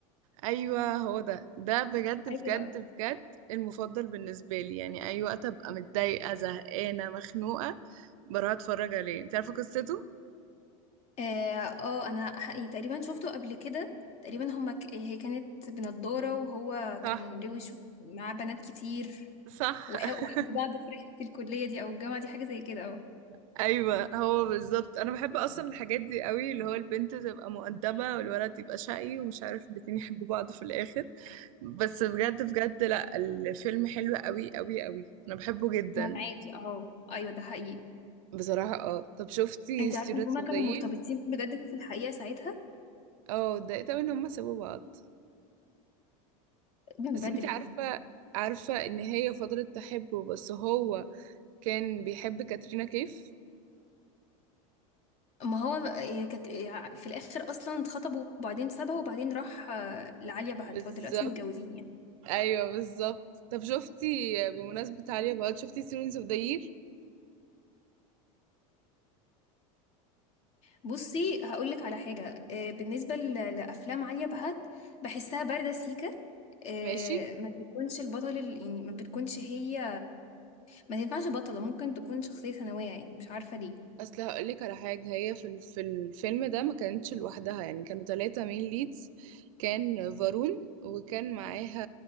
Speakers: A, on the right (about 75°); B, on the left (about 40°).
A: أيوة هو ده ده بجد
B: ايوه
A: بجد بجد المفضل بالنسبة لي يعني أي وقت أبقى متضايقة زهقانة مخنوقة بروح أتفرج عليه انتي عارفة قصته؟
B: اه, آه انا حقيقي تقريبا شفته قبل كده تقريبا هما ك... هي كانت بنضارة وهو
A: صح
B: كان روش معاه بنات كتير
A: صح
B: وح-
A: <laughs>
B: وحب بعض في رحلة الكلية دي او الجامعة دي حاجة زي كده اه
A: ايوه هو بالظبط انا بحب اصلا الحاجات دي قوي اللي هو البنت تبقى مؤدبه والولد يبقى شقي ومش عارف الاتنين يحبوا بعض في الاخر بس بجد بجد لا الفيلم حلو قوي قوي قوي انا بحبه جدا
B: انا معاكي اه ايوه ده حقيقي
A: بصراحه اه طب شفتي
B: انت
A: students
B: عارفه ان هما
A: of
B: كانوا
A: the
B: مرتبطين
A: year
B: بجد في الحقيقه ساعتها
A: اه اتضايقت أوي ان هما سابوا بعض
B: من
A: بس
B: بدري
A: انتي عارفه عارفه ان هي فضلت تحبه بس هو كان بيحب كاترينا كيف
B: ما هو آه، كانت آه، في الاخر اصلا اتخطبوا وبعدين سابها وبعدين راح آه، لعليا بهت
A: بالظبط
B: هو دلوقتي متجوزين يعني
A: ايوه بالظبط طب شفتي بمناسبه عالية بقى شفتي students of the year
B: بصي هقول لك على حاجه آه، بالنسبه ل- لافلام عليا بهت بحسها بارده سيكه آه،
A: ماشي
B: ما بتكونش البطل ال- يعني ما بتكونش هي ما تنفعش بطله ممكن تكون شخصيه ثانويه يعني مش عارفه ليه
A: اصل هقولك على حاجه هي في ال- في الفيلم ده ما كانتش لوحدها يعني كانوا ثلاثة مين ليدز كان فارون وكان معاها